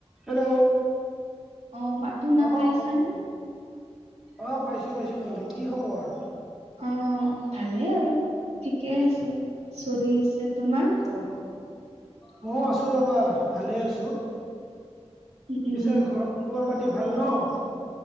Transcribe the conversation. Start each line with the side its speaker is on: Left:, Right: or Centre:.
Centre: হেল্ল!
Right: অ মাতো শুনা
Centre: অঁ,
Right: পাইছানে?
Centre: হয় কোৱা? অঁ, পাইছোঁ পাইছোঁ বন্ধু, কি খবৰ?
Right: অঁ, ভালেই আৰু, ঠিকেই আছে, চলি আছে। তোমাৰ?
Centre: অঁ, মও আছোঁ ৰ'বা! ভালে আছোঁ।
Right: উম উম
Centre: পিছে ঘৰত খবৰ-পাতি ভাল ন'?